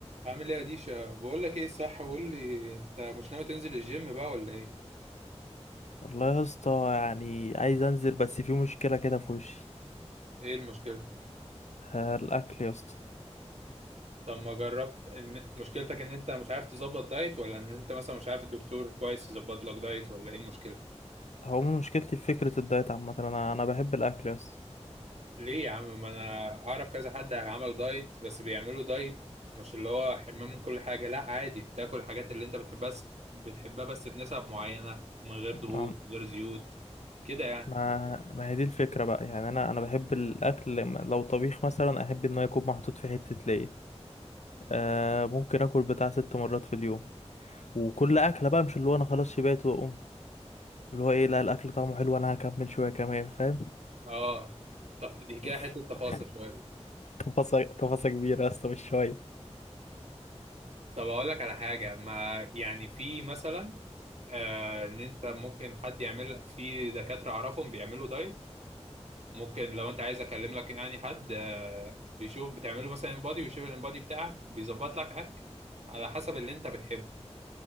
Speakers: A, on the right; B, on the left.
A: عامل ايه يا ديشا بقول لك ايه صح قول لي انت مش ناوي تنزل الجيم بقى ولا ايه
B: والله يا اسطى يعني عايز انزل بس في مشكله كده في وشي
A: ايه المشكله
B: آه، الاكل يا اسطى
A: طب ما جربت ان مشكلتك ان انت مش عارف تظبط دايت ولا ان انت مثلا مش عارف الدكتور كويس يظبط لك دايت ولا ايه المشكله
B: هو من مشكلتي في فكره الدايت عامه انا انا بحب الاكل يا اسطى
A: ليه يا عم ما انا اعرف كذا حد عمل دايت بس بيعملوا دايت مش اللي هو حرمان من كل حاجه لا عادي بتاكل الحاجات اللي انت بتحبها بس بتحبها بس بنسب معينه من غير دهون
B: ما
A: من غير زيوت كده يعني
B: ما ما هي دي الفكره بقى يعني انا انا بحب الاكل لما- لو طبيخ مثلا احب ان هو يكون محطوط في حته ليا آه ممكن اكل بتاع ست مرات في اليوم وكل اكله بقى مش اللي هو انا خلاص شبعت واقوم اللي هو ايه لا الاكل طعمه حلو انا هكمل شويه كمان فاهم
A: اه طب دي كده
B: <laughs>
A: حته تفاصيل شويه
B: تفاصيل تفاصيل كبيره يا اسطى مش شويه
A: طب اقول لك على حاجه ما يعني في مثلا آه ان انت ممكن حد يعمل لك في دكاتره اعرفهم بيعملوا دايت ممكن لو انت عايز اكلم لك يعني حد آه بيشوف بتعمله مثلا انبادي ويشوف الانبادي بتاعك وبيظبط لك اكل على حسب اللي انت بتحبه